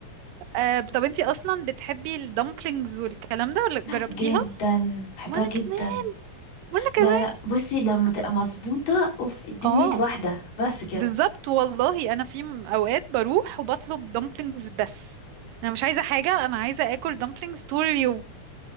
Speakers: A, on the right; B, on the left.
A: آه طب انتي اصلا بتحبي الدمبلينجز والكلام ده ولا جربتيها
B: جدا بحبها
A: وانا
B: جدا
A: كمان وانا كمان
B: لا لا بصي لما تبقى مظبوطه اوف اديني
A: اه
B: 100 واحده بس كده
A: بالظبط والله انا في م- اوقات بروح وبطلب دمبلينجز بس انا مش عايزه حاجه انا عايزه اكل دمبلينجز طول اليوم